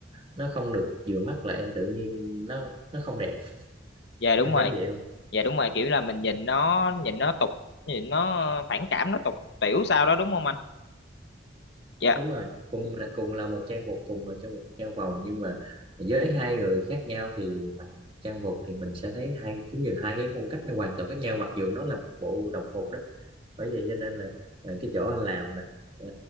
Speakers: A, on the right; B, on the left.
A: nó không được vừa mắt là em tự nhiên nó nó không đẹp
B: Dạ đúng
A: em
B: rồi.
A: thấy vậy không
B: dạ đúng rồi kiểu là mình nhìn nó nhìn nó tục nhìn nó phản cảm nó tục tiểu sao đó đúng không anh dạ
A: đúng rồi cùng là cùng là một trang phục cùng là trong một trang vòng nhưng mà với hai người khác nhau thì mặc trang phục thì mình sẽ thấy hai cái nhìn hai cái phong cách nó hoàn toàn khác nhau mặc dù nó là bộ đồng phục đó bởi vậy cho nên là ờ, cái chỗ anh làm nè ờ,